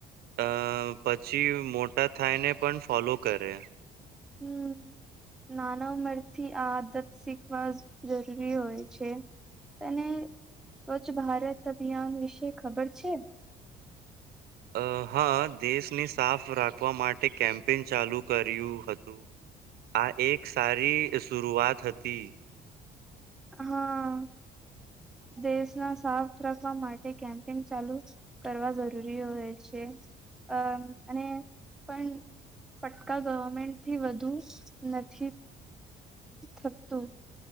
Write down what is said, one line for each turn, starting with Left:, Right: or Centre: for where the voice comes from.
Right: અ પછી મોટા થાયને પણ ફોલો કરે
Centre: હમ નાના ઉમરથી આ આદત શીખવા જરૂરી હોય છે તને સ્વચ્છ ભારત અભિયાન વિશે ખબર છે?
Right: અ હા દેશને સાફ રાખવા માટે કેમ્પેન ચાલુ કર્યું હતું આ એક સારી શુરૂઆત હતી
Centre: હા દેશના સાફ રાખવા માટે કેમ્પેન ચાલુ કરવા જરૂરી હોય છે, અ અને પણ ફટકા ગવર્મેન્ટથી વધુ નથી થતું